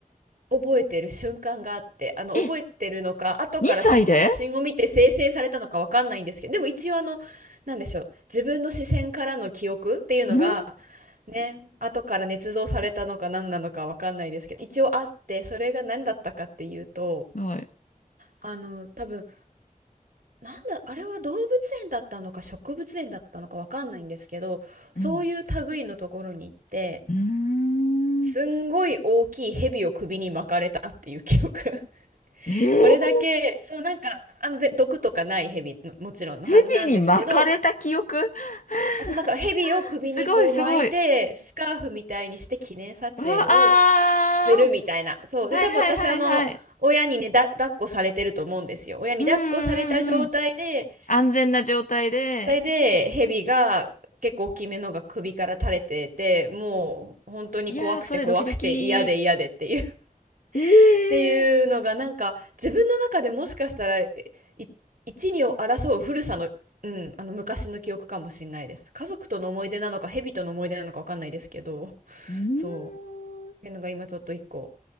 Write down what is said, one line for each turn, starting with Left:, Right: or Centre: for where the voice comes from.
Right: 覚えてる瞬間があってあの覚えてるのか後から写真を見て生成されたのかわかんないんですけどでも一応あのなんでしょう自分の視線からの記憶っていうのが
Left: え、2歳でうん
Right: ね後から捏造されたのか何なのかわかんないですけど一応あってそれが何だったかっていうと
Left: はい。
Right: あの多分なんだ、あれは動物園だったのか植物園だったのかわかんないんですけど、そういう類のところに行って、
Left: うんうーん
Right: すんごい大きい蛇を首に巻かれたっていう記憶。<laughs>
Left: えー、
Right: これだけ、そうなんか、あの、ぜ毒とかない蛇の、もちろんのはずなんですけど、
Left: 蛇に巻かれた記憶 <laughs>
Right: あ、そうなんか蛇を首にこう巻いて、
Left: すごい、すごい。
Right: スカーフみたいにして記念撮影を
Left: うわ、あ
Right: するみたいな。そう。
Left: ー。
Right: で、
Left: はい。
Right: 多分私あの、
Left: はい。はい。はい。
Right: 親にね、だ、抱っこされてると思うんですよ。親に抱っこされた状態で、
Left: うん。うん。うんうん。安全な状態で、
Right: それで、ヘビが結構大きめのが首から垂れてて、もう本当に怖くて怖くて嫌で嫌でっていう
Left: いやー、それドキドキ。
Right: <laughs>
Left: えー、
Right: っていうのがなんか自分の中でもしかしたらい一二を争う古さの、うん、あの昔の記憶かもしれないです。家族との思い出なのか、ヘビとの思い出なのかわかんないですけど、
Left: うーん。
Right: そう。っていうのが今ちょっと一個